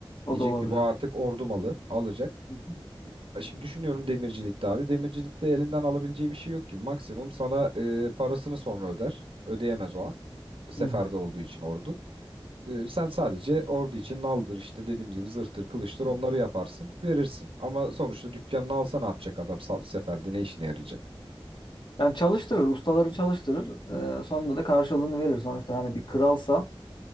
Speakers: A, on the left; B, on the right.
A: O
B: Diyecek
A: da olabilir.
B: ki bu artık ordu malı alacak.
A: Hı hı.
B: E, Şimdi düşünüyorum demircilikte abi. Demircilikte elinden alabileceği bir şey yok ki. Maksimum sana e, parasını sonra öder. Ödeyemez o an. Seferde
A: Hı hı.
B: olduğu için ordu. E, sen sadece ordu için naldır işte dediğimiz gibi zırhtır, kılıçtır
A: Evet.
B: onları yaparsın, verirsin. Ama sonuçta dükkanını alsa ne yapacak adam sa- seferde ne işine yarayacak?
A: Yani çalıştırır, ustaları çalıştırır. Ee, sonunda da karşılığını verir. Sonuçta hani bir kralsa